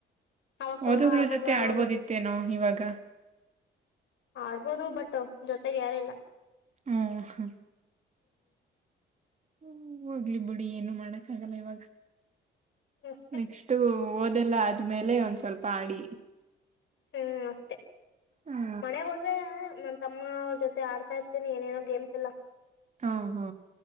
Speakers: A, on the left (about 70°); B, on the right (about 35°).
A: ಅವಾಗ ತುಂಬಾ
B: ಓದದ್ರ
A: ಆಟಗಳು
B: ಜೊತೆ
A: ಆಡೋದು
B: ಆಡ್ಬೋದಿತ್ತೇನೋ ಇವಾಗ
A: ಆಡ್ಬೋದು ಬಟ್ ಜೊತೆಗೆ ಯಾರು ಇಲ್ಲ.
B: ಹ ಹಾ ಹ್ಮ್ ಹೋಗ್ಲಿ ಬಿಡಿ ಏನು ಮಾಡಕ್ ಆಗಲ್ಲ ಇವಾಗ.
A: ಅಷ್ಟೆ
B: ನೆಕ್ಸ್ಟ ಓದೆಲ್ಲ ಅದ ಒದ್ಮೇಲೆ ಒಂದ್ ಸ್ವಲ್ಪ ಆಡಿ.
A: ಹ್ಮ್ ಅಷ್ಟೆ.
B: ಹ
A: ಮನೆಗ್ ಹೋದ್ರೆ ನನ್ನ ತಮ್ಮ ಅವರ ಜೊತೆ ಆಡ್ತಾ ಇರ್ತೀನಿ ಏನೇನೋ ಗೇಮ್ಸ್ ಎಲ್ಲಾ.
B: ಹಾ ಹಾ